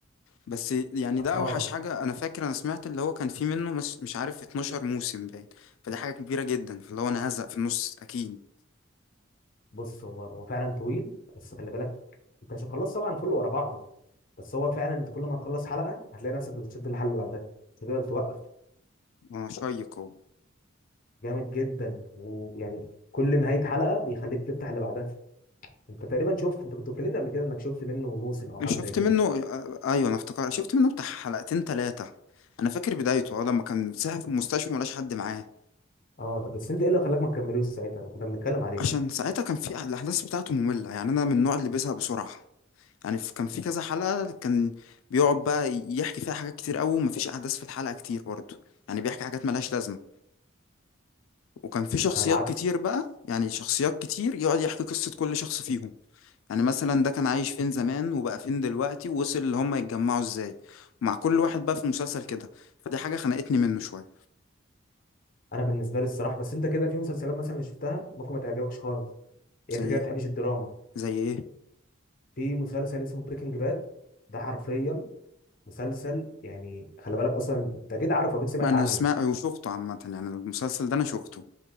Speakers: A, on the left (about 80°); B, on the left (about 45°).
A: بس يعني ده
B: اه
A: اوحش حاجه انا فاكر انا سمعت اللي هو كان فيه منه مش مش عارف 12 موسم باين فدي حاجه كبيره جدا فاللي هو انا هزق في النص اكيد
B: بص هو هو فعلا طويل بس خلي بالك انت مش هتخلص طبعا كله ورا بعضه بس هو فعلا انت كل ما تخلص حلقه هتلاقي نفسك بتشد الحلقه اللي بعدها مش هتقدر توقف
A: اه شيق هو
B: جامد جدا ويعني كل نهايه حلقه بيخليك تفتح اللي بعدها انت تقريبا شفت انت كنت بتكلمني قبل كده انك شفت منه موسم او حاجه
A: شفت
B: زي كده
A: منه آه، ايوه انا افتكر شفت منه بتاع حلقتين ثلاثه انا فاكر بدايته اه لما كان ساعة في المستشفى ملاش حد معاه
B: اه طب بس انت ايه اللي خلاك ما تكملوش ساعتها لو كنا بنتكلم عليه
A: عشان ساعتها كان في الاحداث بتاعته ممله يعني انا من النوع اللي بيزهق بسرعه يعني في- كان في كذا حلقه كان بيقعد بقى يحكي فيها حاجات كتير قوي ومفيش احداث في الحلقه كتير برضه يعني بيحكي حاجات ملهاش لازمه وكان في شخصيات
B: انا العكس
A: كتير بقى يعني شخصيات كتير يقعد يحكي قصه كل شخص فيهم يعني مثلا ده كان عايش فين زمان وبقى فين دلوقتي ووصل اللي هم يتجمعوا ازاي مع كل واحد بقى في المسلسل كده فدي حاجة خنقتني منه شوية
B: انا بالنسبه لي الصراحه بس انت كده في مسلسلات مثلا شفتها ممكن ما تعجبكش خالص يعني
A: زي
B: انت كده ما
A: ايه
B: بتحبش الدراما
A: زي ايه
B: في مسلسل اسمه بريكنج باد ده حرفيا مسلسل يعني خلي بالك اصلا انت اكيد عارفه اكيد سمعت
A: ما انا
B: عنه
A: سمعت وشفته عامة يعني المسلسل ده انا شفته